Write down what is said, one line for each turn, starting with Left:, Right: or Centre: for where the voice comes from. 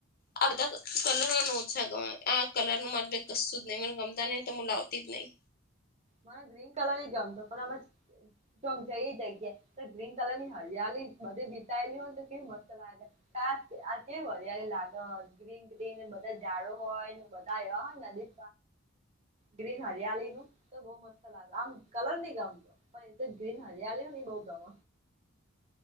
Left: આ બધા કલરોને ઓછા ગમે આ કલર નું મારે કશું જ નહી મને ગમતા નહ તો હું લાવતી જ નહી.
Right: મને ગ્રીન કલર ની ગમતો પણ આમ. ચક જઈ જગ્યા તો ગ્રીન કલર ની હરિયાલી બધી વિતાયેલી હોય તો કેવું મસ્ત લાગે. ક આ કેવ લાગ ગ્રીન ગ્રીન બધા જાડો હોય ને બધા નદી ગ્રીન હરિયાલીનું. તો બહ મસ્ત લાગે આમ કલર ની ગામ તો પણ ગ્રીન હરલ ને બઉ ગામ.